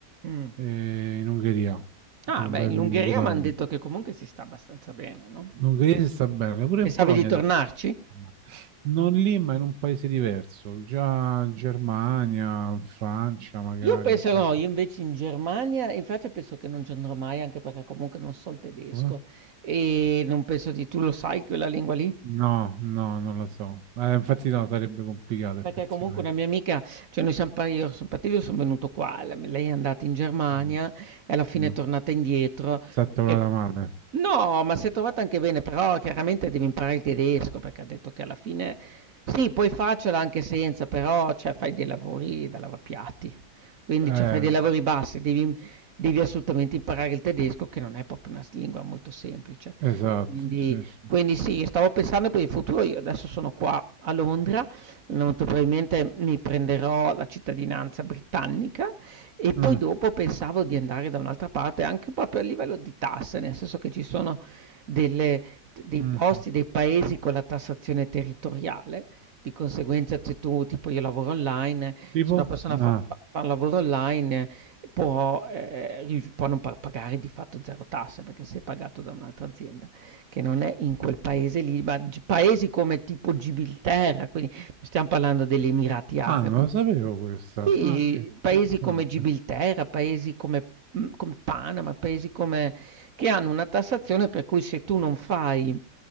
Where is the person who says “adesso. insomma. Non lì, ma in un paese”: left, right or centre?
Right